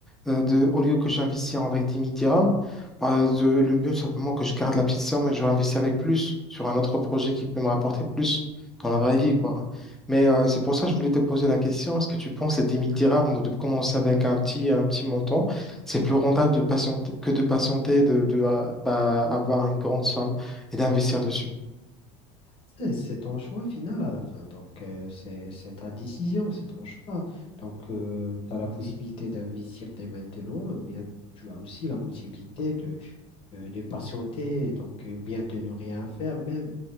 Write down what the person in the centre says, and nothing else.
euh, de, au lieu que j'investisse avec dix mille dirhams, bah, de- le mieux tout simplement que je garde la petite somme et je réinvestis avec plus sur un autre projet qui peut me rapporter plus dans la vraie vie, quoi. Mais euh, c'est pour ça que je voulais te poser la question, est-ce que tu penses à dix mille dirhams ou de commencer avec un petit, un petit montant, c'est plus rentable de patienter, que de patienter, de, de euh, bah, avoir une grande somme et d'investir dessus?